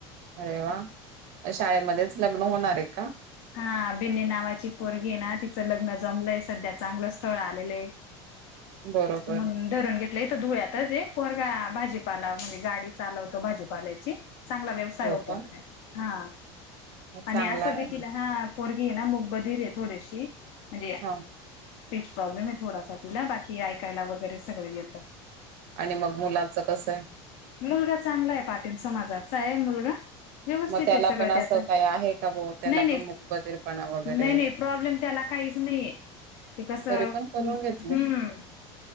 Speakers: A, on the right; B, on the left.
A: अरे वा शाळेमध्येच लग्न होणार आहे का.
B: हा बिन्नी नावाची पोरगी ना तिचं लग्न जमलंय सध्या चांगलं स्थळ आलेलंय.
A: बरोबर
B: म्हणुन धरून घेत धुळ्याच आहेरा भाजीपाला म्हणजे गाडी चालवत भाजीपाल्याची चांगल व्यव <unintelligible>
A: हो का
B: हा
A: मग
B: आणि
A: चांगला
B: अस
A: आहे
B: भी हा पोरगी आहे ना मग बधीर आहे थोडीशी म्हणजे
A: हा
B: तेच प्रॉब्लेम आहे थोडासाठी ला बाकी ऐकायला वगैरे सगळ येत.
A: आणि मग मुलाचं कसं आहे.
B: मुलगा चांगला आहे पाटील समाजाचा आहे मुलगा. व्यवस्थित
A: मग त्याला
B: आहे सगळं
A: पण असं
B: त्याच
A: काही आहे का भो त्याला
B: नाही नाही
A: पण मूकबधिर पणा वगैरे.
B: नाही नाही प्रॉब्लेम त्याला काहीच नाहीे ये ते कस हम्म
A: तरी पण करून
B: हम्म
A: घेतले
B: हम्म.